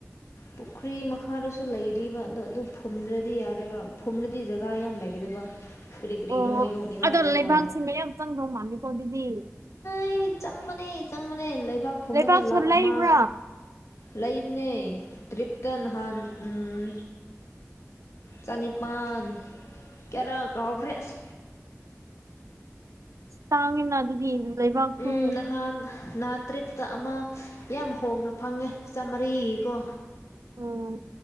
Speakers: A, on the left; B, on the right.
A: ꯄꯨꯈ꯭ꯔꯤ ꯃꯈꯥꯗꯁꯨ ꯂꯩꯔꯤꯕ ꯑꯗꯣ ꯑꯗꯨ ꯐꯨꯝꯗ꯭ꯔꯗꯤ ꯌꯔꯣꯏꯕ ꯐꯨꯝꯕꯗꯤ ꯖꯒꯥ ꯌꯥꯝ ꯂꯩ ꯗ <inaudible> ꯀꯔꯤ ꯀꯔꯤꯅꯣ
B: ꯑꯣ
A: ꯌꯣꯛꯅꯉꯥꯏꯁꯨ
B: ꯑꯗꯣ ꯂꯩꯕꯥꯛꯁꯦ
A: ꯀꯣ
B: ꯃꯌꯥꯝ ꯆꯪꯗꯧ ꯃꯥꯜꯂꯦꯀꯣ ꯑꯗꯨꯗꯤ
A: ꯑꯩ ꯆꯪꯕꯅꯦ ꯆꯪꯕꯅꯦ ꯂꯩ ꯂꯩꯕꯥꯛ ꯐꯨꯝꯕꯗ
B: ꯂꯩꯕꯥꯛꯁꯨ
A: ꯂꯥꯛ
B: ꯂꯩꯕ꯭ꯔꯥ
A: ꯑꯃ ꯂꯩꯕꯅꯦ ꯇ꯭ꯔꯤꯞꯇ ꯅꯍꯥꯟ ꯎꯝ ꯆꯅꯤꯄꯥꯟ ꯀꯌꯥꯔꯥ ꯀꯥꯎꯈ꯭ꯔꯦ ꯑꯁ
B: ꯇꯥꯡꯉꯦꯅꯥ ꯑꯗꯨꯗꯤ ꯂꯩꯕꯥꯛꯁꯨ
A: ꯎꯝ ꯅꯍꯥꯟ ꯅꯍꯥꯟ ꯇ꯭ꯔꯤꯞꯇ ꯑꯃꯥ ꯌꯥꯝ ꯍꯣꯡꯅ ꯐꯪꯉꯦ ꯆꯥꯝꯃꯔꯤꯀꯣ
B: ꯎꯝ